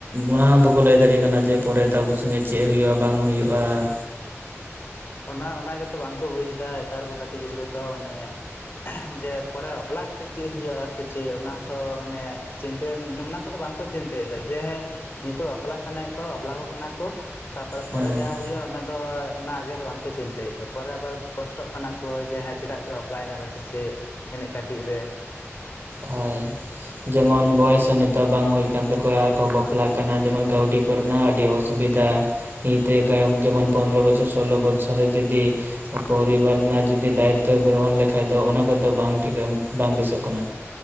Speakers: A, on the right (about 45°); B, on the left (about 45°).
A: ᱚᱱᱟᱦᱚ ᱵᱟᱠᱚ ᱞᱟᱹᱭ ᱫᱟᱲᱮᱭᱟᱜ ᱠᱟᱱᱟ ᱡᱮ ᱯᱚᱨᱮᱛᱮ ᱟᱵᱚ ᱥᱚᱸᱜᱮ ᱪᱮᱫ ᱦᱩᱭᱩᱜᱼᱟ ᱵᱟᱝ ᱦᱩᱭᱩᱜᱼᱟ ᱾
B: ᱚᱱᱟ ᱚᱱᱟ ᱜᱮᱛᱚ ᱵᱟᱝᱠᱚ ᱵᱩᱡ ᱮᱫᱟ ᱱᱮᱛᱟᱨ ᱠᱚ ᱠᱟᱹᱴᱤᱡ ᱜᱤᱫᱽᱨᱟᱹ ᱫᱚ ᱚᱱᱮ ᱾ ᱡᱮ ᱯᱚᱨᱮ ᱵᱟᱯᱞᱟ ᱠᱟᱛᱮᱜ ᱪᱮᱫ ᱦᱩᱭᱩᱜ ᱟ ᱥᱮ ᱪᱮᱫ ᱚᱱᱟ ᱦᱚᱸᱛᱚ ᱢᱟᱱᱮ ᱾ ᱪᱤᱱᱛᱟᱹᱭ ᱚᱱᱟ ᱠᱚᱫᱚ ᱵᱟᱝᱠᱚ ᱪᱤᱱᱛᱟᱹᱭᱮᱫᱟ ᱡᱮ ᱦᱮᱸ ᱱᱤᱛᱚᱜ ᱵᱟᱯᱞᱟ ᱥᱟᱱᱟᱭᱮᱫ ᱠᱚᱣᱟ ᱵᱟᱯᱞᱟ ᱠᱚᱜ ᱠᱟᱱᱟ ᱠᱚ ᱛᱟᱯᱚᱨᱮ ᱯᱚᱨᱮ
A: ᱦᱮᱸ
B: ᱡᱟᱦᱟᱸ ᱦᱳᱭᱳᱜᱼᱟ ᱚᱱᱟ ᱫᱚ ᱚᱱᱟ ᱟᱜᱮ ᱵᱟᱝᱠᱚ ᱪᱤᱱᱛᱟᱹᱭᱮᱫᱟ ᱯᱚᱨᱮ ᱟᱵᱟᱨ ᱠᱚᱥᱴᱚᱜ ᱠᱟᱱᱟ ᱠᱚ ᱡᱮ ᱦᱮᱸ ᱪᱮᱫᱟᱜ ᱪᱚᱝ ᱵᱟᱯᱟᱭᱱᱟ ᱥᱮ ᱪᱮᱫ ᱤᱱᱮᱜ ᱠᱟᱹᱴᱤᱡ ᱨᱮ ᱾
A: ᱦᱳᱭ ᱡᱮᱢᱚᱱ ᱵᱚᱭᱮᱥ ᱦᱚᱸ ᱱᱤᱛᱚᱜ ᱵᱟᱝ ᱦᱩᱭ ᱠᱟᱱ ᱛᱟᱠᱚᱣᱟ ᱟᱨᱠᱚ ᱵᱟᱯᱞᱟᱜ ᱠᱟᱱᱟ ᱡᱮᱢᱚᱱ ᱠᱟᱹᱣᱰᱤ ᱠᱚᱨᱮᱱᱟᱜ ᱟᱹᱰᱤ ᱚᱥᱩᱵᱤᱫᱷᱟ ᱱᱤᱛ ᱨᱮ
B: ᱦᱮᱸ
A: ᱡᱮᱢᱚᱱ ᱯᱚᱱᱨᱚ ᱵᱚᱪᱷᱚᱨ ᱥᱳᱞᱳ ᱵᱚᱪᱷᱚᱨ ᱨᱮ ᱡᱩᱫᱤ ᱯᱚᱨᱤᱵᱟᱨ ᱨᱮᱱᱟᱜ ᱡᱚᱫᱤ ᱫᱟᱭᱤᱛᱛᱚ ᱜᱨᱚᱦᱚᱱ ᱞᱮᱠᱷᱟᱡ ᱫᱚ ᱚᱱᱟ ᱠᱚᱫᱚ ᱵᱟᱝ ᱴᱷᱤᱠ ᱵᱟᱝ ᱵᱮᱥᱚᱜ ᱠᱟᱱᱟ᱾